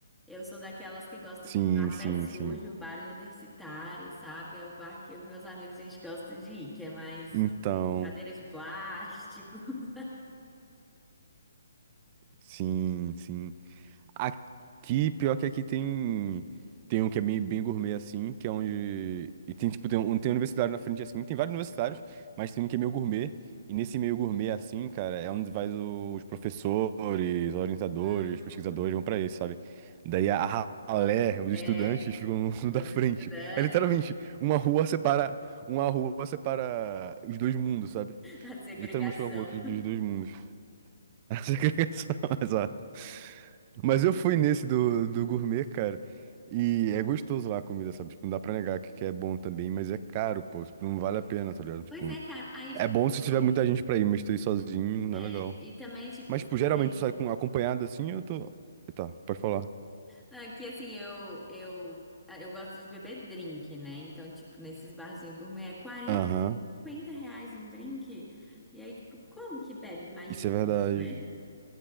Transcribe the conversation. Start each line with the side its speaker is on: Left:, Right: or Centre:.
Centre: Eu sou daquelas que gosta
Right: Sim,
Centre: do bar
Right: sim,
Centre: pé sujo,
Right: sim.
Centre: bar universitário, sabe? É o bar que os meus amigos a gente gosta de ir, que é mais
Right: Então,
Centre: cadeira de plástico. <laughs>
Right: sim, sim. Aqui, pior que aqui tem. Tem um que é bem, bem gourmet, assim, que é onde. E tem, tipo, tem um, tem um universitário na frente, assim. Tem vários universitários, mas tem um que é meio gourmet. E nesse meio gourmet, assim, cara, é onde vai os professores, orientadores,
Centre: Hum,
Right: pesquisadores, vão pra esse, sabe? Daí a ralé, os
Centre: é,
Right: estudantes ficam no,
Centre: são
Right: <laughs> da
Centre: os
Right: frente.
Centre: estudantes,
Right: É literalmente, uma rua separa. Uma rua separa os dois mundos, sabe?
Centre: <laughs> a segregação.
Right: Literalmente uma rua que divide os dois mundos. A segregação, <laughs> exato. Mas eu fui nesse do, do gourmet, cara. E é gostoso lá a comida, sabe? Tipo, não dá pra negar que, que é bom também, mas é caro, pô. Tipo, não vale a pena, tá ligado? Tipo,
Centre: Pois é, cara. Aí,
Right: é
Centre: tipo
Right: bom
Centre: assim,
Right: se tiver
Centre: é,
Right: muita gente pra ir, mas tu ir sozinho não
Centre: é,
Right: é legal.
Centre: e também, tipo,
Right: Mas, tipo, geralmente
Centre: eu.
Right: tu sai com, acompanhado assim, eu tô. Tá, pode falar.
Centre: Aqui, assim, eu, eu, ah, eu gosto de beber drink, né? Então, tipo, nesses barzinhos gourmet é quarenta
Right: Aham.
Centre: 50 reais um drink. E aí, tipo, como que bebe mais
Right: Isso
Centre: de dois,
Right: é verdade.
Centre: né?